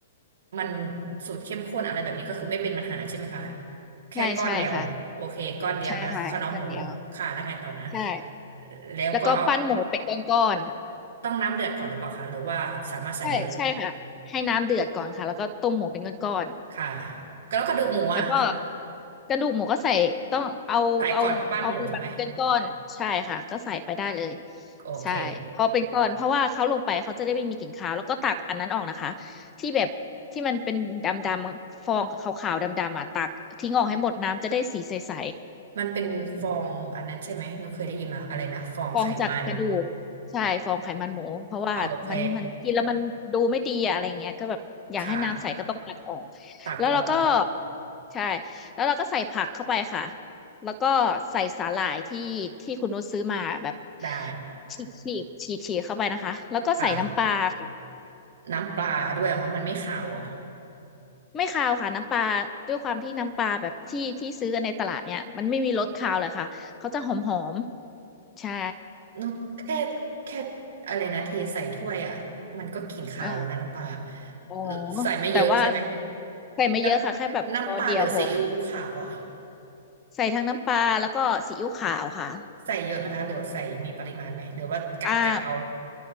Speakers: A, on the right; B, on the left.
A: มันสูตรเข้มข้นอะไรแบบนี้ก็คือไม่เป็นปัญหาใช่ไหมคะแค่ก้อนเดียวโอเคก้อนเดียวนะข้าวเหนียวหมูค่ะแล้วไงต่อนะ
B: ใช่ใช่ค่ะใช่ค่ะให้คนเดียวใช่
A: แล้วก็เอา
B: แล้วก็ปั้นหมูเป็นก้อน
A: ต้องน้ำเดือดก่อนหรือเปล่าคะหรือว่าสามารถใส่ได้เลย
B: ๆใช่ใช่ค่ะให้น้ำเดือดก่อนค่ะแล้วก็ต้มหมูเป็นก้อน
A: ค่ะแล้วกระดูกหมูอ่ะ
B: แล้วก็กระดูกหมูก็ใส่ต้องเอาเอาเอาไปแบบเป็นก้อนใช่ค่ะก็ใส่ไปได้เลย
A: ใส่ก่อนปั้นหมูถูกไหมโอเค
B: ใช่พอเป็นก้อนเพราะว่าเขาลงไปเขาจะได้ไม่มีกลิ่นคาวแล้วก็ตักอันนั้นออกนะคะที่แบบที่มันเป็นดำๆฟองขาวๆดำๆอ่ะตักทิ้งออกให้หมดน้ำจะได้สีใส
A: มันเป็นฟองอันนั้นใช่ไหมหนูเคยได้ยินมาอะไรนะฟองไขมัน
B: ฟองจากกระดูกใช่ฟองไขมันหมูเพราะว่ามันมันกินแล้วมันดูไม่ดีอะอะไรเงี้ยก็แบบอยากให้น้ำใสก็ต้องตัดออก
A: โอเคค่ะตักออก
B: แล้วเราก็ใช่แล้วเราก็ใส่ผักเข้าไปค่ะแล้วก็ใส่สาหร่ายที่ที่คุณนุชซื้อมาแบบ
A: ได้
B: ฉีกฉีกฉีกฉีกเข้าไปนะคะแล้วก็ใส่น้ำปลาค่ะ
A: ค่ะน้ำปลาด้วยเหรอคะมันไม่คาวเหรอ
B: ไม่คาวค่ะน้ำปลาด้วยความที่น้ำปลาแบบที่ที่ซื้อกันในตลาดเนี่ยมันไม่มีรสคาวเลยค่ะเขาจะหอมหอมใช่
A: นุกแค่แค่อะไรนะเทใส่ถ้วยอ่ะมันก็กลิ่นคาวแล้วนะน้ำปลา
B: เออ อ๋อ
A: เออใส่ไม่เยอะใช่ไหม
B: แต่ว่าใส่ไม่เยอะค่ะแค่แบบช้อนเดียวพอ
A: น้ำน้ำปลาหรือซีอิ๊วขาวอ่ะ
B: ใส่ทั้งน้ำปลาแล้วก็ซีอิ๊วขาวค่ะ
A: ใส่เยอะไหมคะหรือใส่มีปริมาณไหมหรือว่ากะกะเอา
B: อ่า